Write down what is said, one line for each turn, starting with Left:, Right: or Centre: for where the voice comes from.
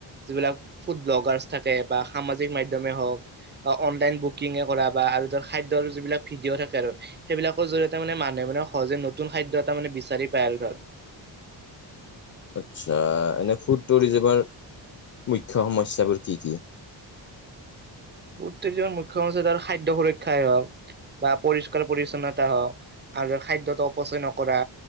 Right: যিবিলাক ফুড ব্লগাৰছ থাকে সামাজিক। যি মাধ্যমে হওঁক অনলাইন বুকিং কৰা বা খাদ্যৰ যিবিলাক ভিডিঅ থাকে আৰু। সেইবিলাকৰ জৰিয়তে মানে মানুহে মানে সহজে নতুন খাদ্য এটা মানে বিচাৰি পায় আৰু ধৰ।
Left: আচ্ছা এনে ফুড টুৰিজমৰ মুখ্য সমস্যাবোৰ কি কি?
Right: <unintelligible> ফুড টুৰিজমৰ মুখ্য সমস্যা তাৰ খাদ্য সুৰক্ষাই হওক বা পৰিষ্কাৰ পৰিচ্ছন্নতা হওক। আৰু খাদ্যত অপচয় নকৰা।